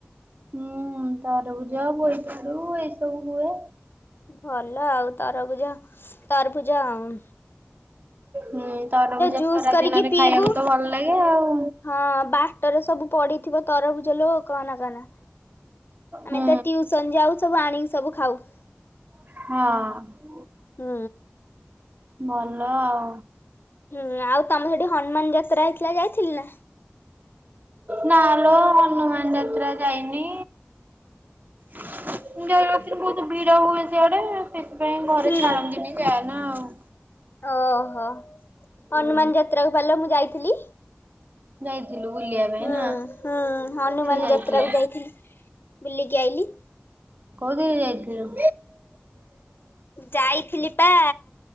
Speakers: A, on the right; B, on the left.
A: ହୁଁ ତରଭୁଜ ବୋଇତାଳୁ ଏଇ ସବୁ ହୁଏ।
B: ଭଲ ଆଉ ତରଭୁଜ ତରଭୁଜ ଆଉ।
A: ହୁଁ ତରଭୁଜା
B: ଜୁସ୍
A: ଖରା
B: କରିକି
A: ଦିନରେ
B: ପିଇବୁ।
A: ଖାଇବାକୁ ତ ଭଲ ଲାଗେ ଆଉ।
B: ହଁ ବାଟରେ ସବୁ ପଡିଥିବ ତରଭୁଜ ଲୋ କହନା କହନା। ଆମେ
A: ହୁଁ
B: ତ ଟିଉସନ୍ ଯାଉ, ସବୁ ଆଣିକି ସବୁ ଖାଉ।
A: ହଁ।
B: ହୁଁ।
A: ଭଲ ଆଉ।
B: ହୁଁ ଆଉ ତମେ ସେଠି ହନୁମାନ୍ ଯାତ୍ରା ହେଇଥିଲା ଯାଇଥିଲୁ ନା।
A: ନା ଲୋ ହନୁମାନ୍ ଯାତ୍ରା ଯାଇନି। <unintelligible> ବହୁତ୍ ଭିଡ ହୁଏ ସେଆଡେ, ସେଥିପାଇଁ ଘରେ
B: ହୁଁ।
A: ଛାଡନ୍ତିନି ଯାଏନା ଆଉ।
B: ଓହୋ ହନୁମାନ୍
A: ହୁଁ
B: ଯାତ୍ରାକୁ ପାରିଲ ମୁଁ ଯାଇଥିଲି।
A: ଯାଇଥିଲୁ ବୁଲିବା ପାଇଁ
B: ହୁଁ-ହୁଁ
A: ନା
B: ହନୁମାନ୍
A: କୋଉଥିରେ ଯାଇଥିଲ
B: ଯାତ୍ରା କୁ ଯାଇଥିଲି। ବୁଲିକି ଆଇଲି।
A: କୋଉଦିନ ଯାଇଥିଲୁ?
B: ଯାଇଥିଲି ପା